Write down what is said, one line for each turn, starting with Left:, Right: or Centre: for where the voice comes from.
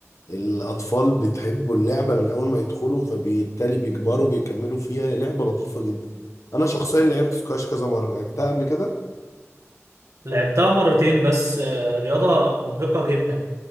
Left: الأطفال بتحبوا اللعبة من أول ما يدخلوا فبالتالي بيكبروا بيكملوا فيها لعبة لطيفة جدا أنا شخصيا لعبت سكواش كذا مرة لعبتها قبل كده
Right: لعبتها مرتين بس آه، رياضة مرهقة جدا